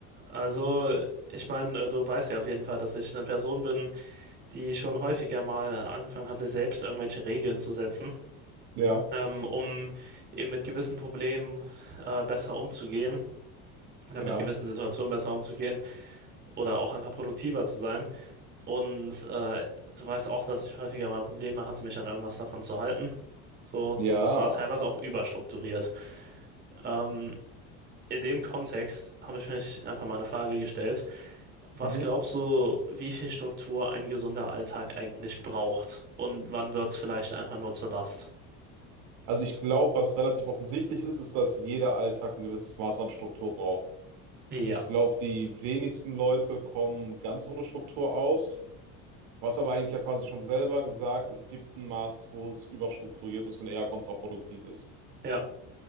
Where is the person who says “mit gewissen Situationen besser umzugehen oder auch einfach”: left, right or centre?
Right